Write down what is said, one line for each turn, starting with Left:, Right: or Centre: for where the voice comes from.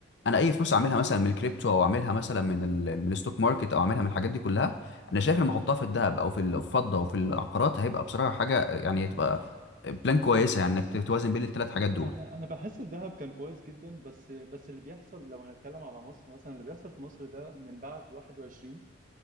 Left: انا اي فلوس اعملها مثلا من الكريبتو او اعملها مثلا من ال... من الستوك ماركت او اعملها من الحاجات دي كلها انا شايف لما احطها في الذهب او في الفضه وفي العقارات هيبقى بصراحه حاجه يعني هتبقى بلان كويسه يعني انك توازن بين الثلاث حاجات دول
Right: انا انا بحس الذهب كان كويس جدا بس بس اللي بيحصل لو هنتكلم على مصر مثلا اللي بيحصل في مصر ده من بعد 21